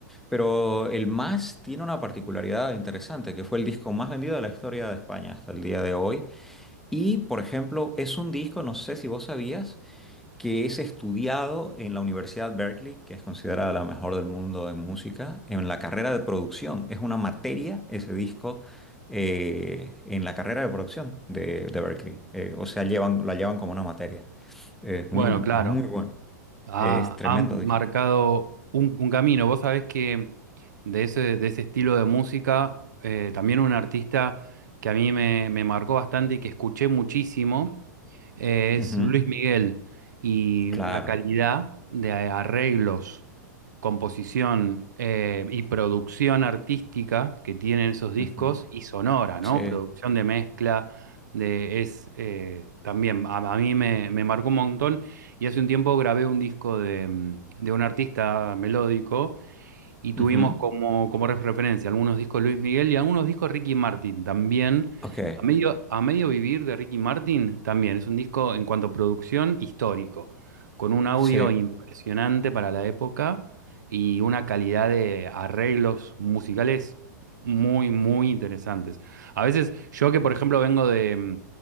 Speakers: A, in the centre; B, on the right.
A: pero El Más tiene una particularidad interesante, que fue el disco más vendido de la historia de España hasta el día de hoy. Y, por ejemplo, es un disco, no sé si vos sabías, que es estudiado en la Universidad Berkeley, que es considerada la mejor del mundo en música, en la carrera de producción. Es una materia ese disco eh, en la carrera de producción de, de Berkeley. Eh, o sea, llevan, la llevan como una materia. Eh, Es
B: Bueno,
A: muy,
B: claro.
A: es muy bueno.
B: Ah,
A: Es tremendo
B: han
A: disco.
B: marcado un, un camino. Vos sabés que de ese, de ese estilo de música, eh, también un artista que a mí me, me marcó bastante y que escuché muchísimo, eh, es
A: Ujú,
B: Luis Miguel. Y
A: Claro.
B: la calidad de arreglos, composición, eh, y producción artística que tienen esos discos
A: Ujú,
B: y sonora, ¿no?
A: Sí.
B: Producción de mezcla, de, es eh, también, a, a mí me, me marcó un montón. Y hace un tiempo grabé un disco de, mm, de un artista melódico y tuvimos
A: Ujú,
B: como, como ref- referencia algunos discos Luis Miguel y algunos discos Ricky Martin también.
A: Ok.
B: A medio, a medio vivir de Ricky Martin también. Es un disco en cuanto a producción histórico, con un audio
A: Sí.
B: impresionante para la época y una calidad de arreglos musicales muy, muy interesantes. A veces yo que, por ejemplo, vengo de, mm,